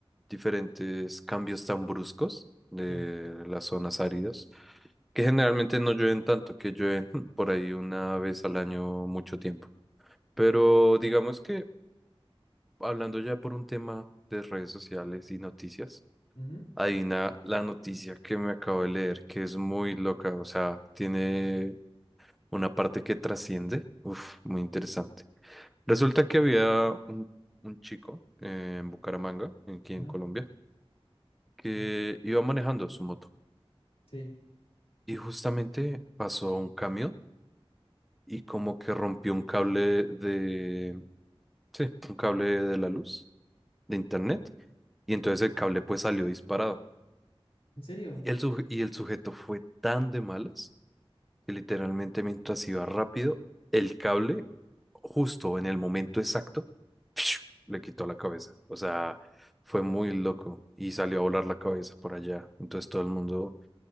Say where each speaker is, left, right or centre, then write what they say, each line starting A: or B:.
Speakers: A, in the centre; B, on the left.
A: diferentes cambios tan bruscos de
B: Sí.
A: las zonas áridas, que generalmente no llueven tanto, que llueven <laughs> por ahí una vez al año mucho tiempo. Pero digamos que hablando ya por un tema de redes sociales y noticias,
B: Ujú.
A: hay una, la noticia que me acabo de leer que es muy loca, o sea, tiene una parte que trasciende, uf, muy interesante. Resulta
B: Dime.
A: que había un, un chico eh, en Bucaramanga, aquí en
B: Ajá.
A: Colombia, que
B: Ah,
A: iba manejando su moto
B: Sí.
A: y justamente pasó a un camión y como que rompió un cable de, sí, un cable de la luz, de internet Y entonces el cable pues salió disparado.
B: ¿En serio?
A: Y el, suje- y el sujeto fue tan de malas que literalmente mientras iba rápido, el cable, justo en el momento exacto, ¡fiu!, le quitó la cabeza. O sea, fue muy loco y salió a volar la cabeza por allá. Entonces todo el mundo